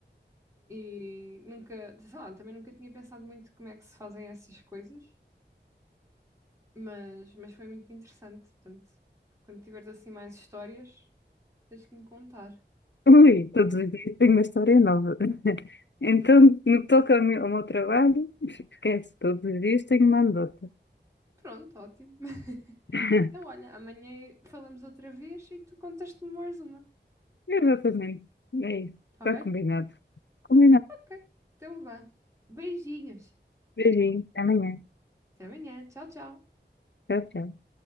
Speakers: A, on the right (about 15°); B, on the left (about 75°).
A: E nunca, sei lá, também nunca tinha pensado muito como é que se fazem essas coisas, mas, mas foi muito interessante. Portanto, quando tiveres assim mais histórias, tens que me contar.
B: Ui, todos os dias tenho uma história nova. <laughs> Então, no que toca ao meu, ao meu trabalho, esquece, todos os dias tenho uma anedota.
A: Pronto, ótimo. <laughs>
B: <laughs>
A: Então, olha, amanhã falamos outra vez e tu contas-me mais uma,
B: Exatamente. É isso.
A: tá
B: Está
A: bem?
B: combinado. Combinado.
A: Ok, então vá. Beijinhos.
B: Beijinho. Até amanhã.
A: Até amanhã. Tchau, tchau.
B: Tchau, tchau.